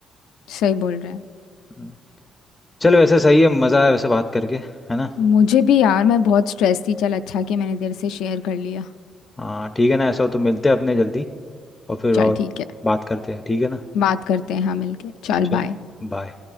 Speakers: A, on the left; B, on the left.
A: सही बोल रहा है
B: हम्म। चल वैसे सही है मज़ा आया वैसे बात करके है ना
A: मुझे भी यार मैं बहुत स्ट्रेस थी चल अच्छा कि मैंने तेरे से शेयर कर लिया
B: हाँ ठीक है ना ऐसा हो तो मिलते हैं अपने जल्दी और फिर
A: चल
B: और
A: ठीक है
B: बात करते हैं ठीक है ना
A: बात करते हैं हाँ मिलके चल
B: चल
A: बाय
B: बाय